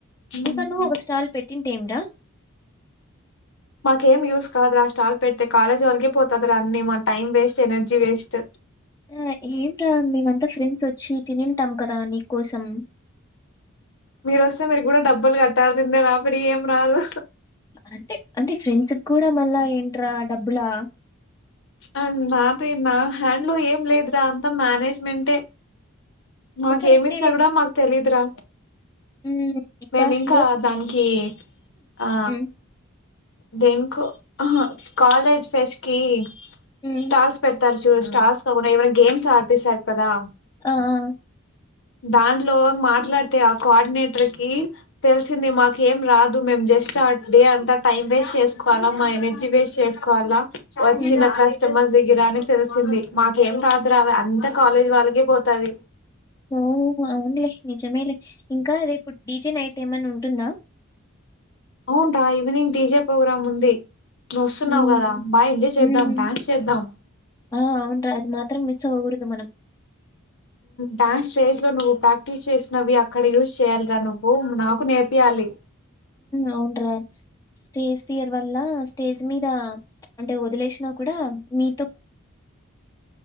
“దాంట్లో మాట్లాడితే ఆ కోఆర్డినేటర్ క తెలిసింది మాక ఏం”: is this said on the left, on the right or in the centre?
Left